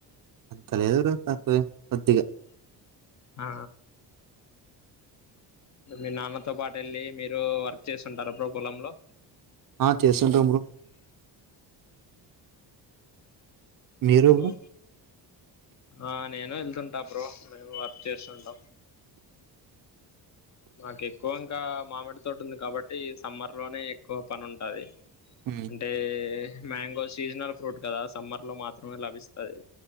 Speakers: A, on the right; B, on the left.
A: అంతలేదు బ్రో తకువే కొద్దిగా
B: ఆ మీ నాన్నతో పాటేళ్ళి మీరు వర్క్ చేస్తుంటార బ్రో పోలంలో
A: ఆ చేస్తుంటాన్ బ్రో మీరు
B: ఒ
A: బ్రో
B: ఆ నేను వెళ్తుంటా బ్రో నేను వర్క్ చేస్తుంటా మాకు ఎక్కువ ఇంకా మామిడి తోటి ఉంది కాబట్టి సమ్మర్ లోనే ఎక్కువ పనుంటది
A: ఉమ్,
B: అంటే మ్యాంగో సీజనల్ ఫ్రూట్ కదా సమ్మర్ లో మాత్రమే లభిస్తది